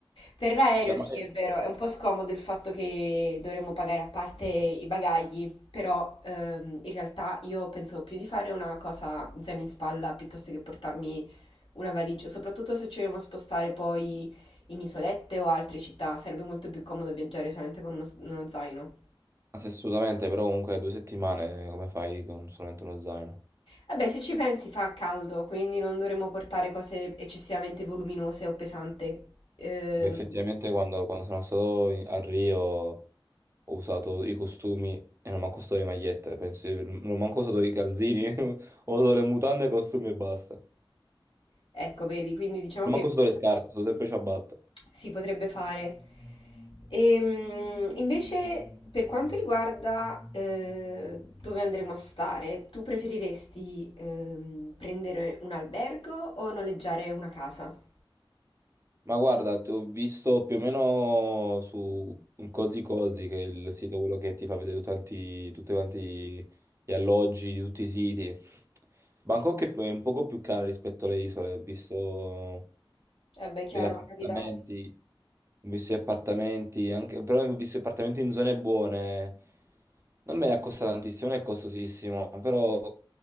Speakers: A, on the left (about 70°); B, on the right (about 30°).
A: Per l'aereo,
B: Beh,
A: sì,
B: ma-
A: è vero, è un po' scomodo il fatto che dovremmo pagare a parte i bagagli, però ehm, in realtà io pensavo più di fare una cosa zaino in spalla piuttosto che portarmi una valigia, soprattutto se ci vogliamo spostare poi in isolette o altre città, sarebbe molto più comodo viaggiare solamente con uno, uno zaino.
B: Assolutamente, però comunque due settimane come fai con solamente uno zaino?
A: Vabbè, se ci pensi fa caldo, quindi non dovremmo portare cose eccessivamente voluminose o pesanti. Ehm,
B: Beh, effettivamente quando, quando sono stato in- a Rio ho usato i costumi e non manco solo le magliette, penso di- non manco solo i calzini, <laughs> ho usato le mutande, i costumi e basta. Non
A: ecco, vedi, quindi diciamo che
B: manco solo le scarpe, sono sempre ciabatte.
A: si potrebbe fare. Ehm, invece, per quanto riguarda eh, dove andremo a stare, tu preferiresti ehm, prendere un albergo o noleggiare una casa?
B: Ma guarda, ti ho visto più o meno su un Cozy Cozy, che è il sito quello che ti fa vedere tanti- tutti quanti gli alloggi di tutti i siti. Bangkok è è un poco più cara rispetto alle isole, ho visto
A: Eh beh, chiaro,
B: degli appartamenti,
A: capita.
B: ho visto gli appartamenti, anche- però ho visto gli appartamenti in zone buone. Non me ne costa tantissimo, non è costosissimo, però